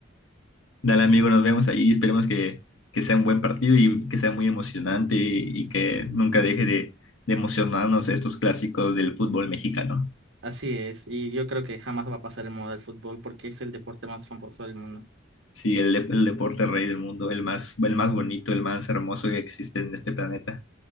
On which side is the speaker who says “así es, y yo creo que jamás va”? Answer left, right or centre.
Right